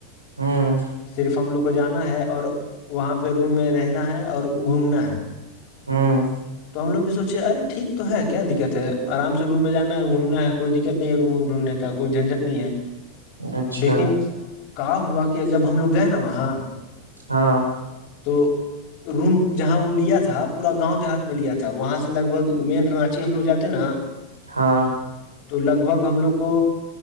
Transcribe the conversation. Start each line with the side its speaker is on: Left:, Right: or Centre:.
Right: ہوں
Left: صرف ہم لوگ کو جانا ہے اور وہاں پہ روم میں رہنا ہے اور گھومنا ہے
Right: ہاں
Left: تو ہم لگ بھی سوچے آے ٹھیک تو ہے کیا دقت ہے آرام سے روم میں جانا ہے اور گھومنا ہے کوئی دقت نہیں ہے روم ووم ڈھونڈنے کا کوئی جھنجٹ نہیں ہے
Right: اچھا
Left: لیکن کہ ہوا کہ جب ہم لوگ گئے نا وہاں
Right: ہاں
Left: تو روم جہاں وہ لیا تھا پورا گاؤں دیہات میں لیا تھا وہاں سے لگ بھگ مین رانچی ہم لوگ جات ہیں نا
Right: ہاں
Left: تو لگ بھگ ہم لوگ کو